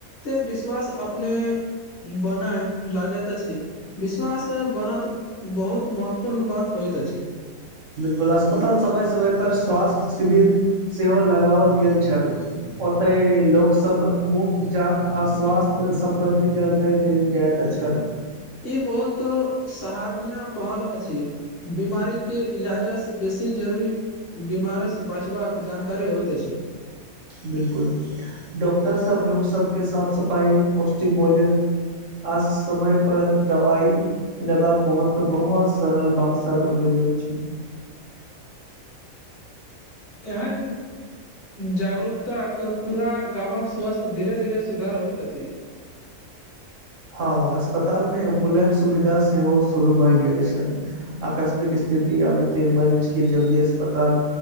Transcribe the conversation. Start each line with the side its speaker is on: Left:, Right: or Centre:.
Left: त विश्वास अपने बनाय लागे तऽ छै विश्वास बनत बहुत महत्वपूर्ण बात होइत अछि
Right: बिलकुल अस्पताल समय समयपर स्वास्थ्य शिविर सेहो लगाओल गेल छल ओतय लोकसब मुफ्त जाँच आ स्वास्थ्य सम्बंधी जानकारी देल जायत तऽछ
Left: ई बहुत सहारनीय पहल अइछ बीमारी के इलाजा से बेसी जरूरी बीमारसँ बचबाक जानकारी होइत अछि
Right: बिलकुल डॉक्टर सब लोक सबके साफ सफाइ पौष्टिक भोजन आ समय पर दवाई लेबाक महत्व बहुत सरल भाषा पर बुझबै छल
Left: एहन जागरूकता कऽ पूरा गामक स्वस्थ धीरे धीरे सुधार होइत अछि
Right: हँ अस्पताल मे एम्बुलेंस सुविधा सेहो शुरू भए गेल छनि आकस्मिक स्थिति अबते मरीज के जल्दी अस्पताल